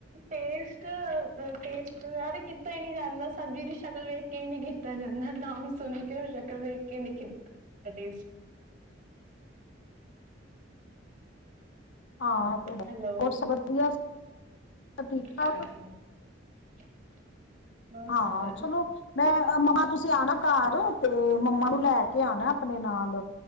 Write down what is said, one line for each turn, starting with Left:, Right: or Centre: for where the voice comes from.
Right: ਟੇਸਟ ਟੇਸਟ ਯਾਰ ਕੀਤਾ ਹੀ ਨੀ ਜਾਂਦਾ ਸਬਜ਼ੀ ਦੀ ਸ਼ਕਲ ਵੇਖ ਕੇ ਹੀ ਨੀ ਕੀਤਾ ਜਾਂਦਾ ਨਾਮ ਸੁਣ ਕੇ ਉਹ ਸ਼ਕਲ ਵੇਖ ਕੇ ਨੀ ਕੀਤਾ।
Left: ਹਾਂ ਤੇ
Right: ਹੈਲੋ
Left: ਬਸ ਸਭ ਵਧੀਆ। ਸ ਠੀਕ-ਠਾਕ,
Right: ਹਾਂਜੀ <unintelligible>
Left: ਹਾਂ
Right: ਵਧੀਆ
Left: ਚਲੋ ਮੈਂ ਮੰਮਾ ਤੁਸੀਂ ਕੇ ਆਣਾ, ਘਰ ਤੇ ਮੰਮਾ ਨੂੰ ਲੈ ਕੇ ਆਣਾ, ਆਪਣੇ ਨਾਲ